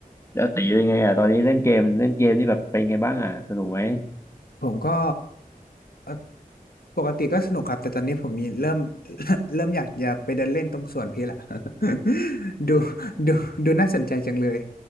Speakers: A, on the left; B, on the left.
A: แล้วตีเป็นไงอ่ะตอนนี้เล่นเกมเล่นเกมนี่แบบเป็นไงบ้างอ่ะสนุกไหม
B: ผมก็เอ่อปกติก็สนุกครับแต่ตอนนี้ผมมีเริ่ม <laughs> เริ่มอยากจะไปเดินเล่นตรงสวนพี่ละ <laughs> ดูดูดูน่าสนใจจังเลย